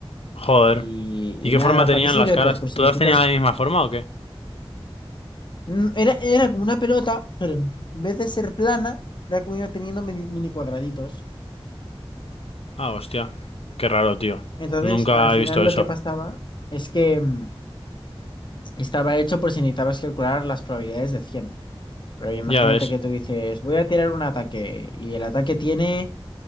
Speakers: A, on the left (about 80°); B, on the left (about 50°).
A: Joder.
B: Y,
A: ¿Y
B: y
A: qué
B: nada,
A: forma tenían
B: ¿para qué sirve?
A: las caras?
B: Pues por si
A: ¿Todas
B: necesitas...
A: tenían la misma forma o qué?
B: Mm, Era, era como una pelota, pero en vez de ser plana, era como iba teniendo mini, mini cuadraditos.
A: Ah, hostia. Qué raro, tío.
B: Entonces,
A: Nunca
B: al final
A: he visto
B: lo
A: eso.
B: que pasaba es que... mm, Estaba hecho por si necesitabas calcular las probabilidades de 100. Pero imagínate
A: Ya ves.
B: que tú dices, voy a tirar un ataque y el ataque tiene,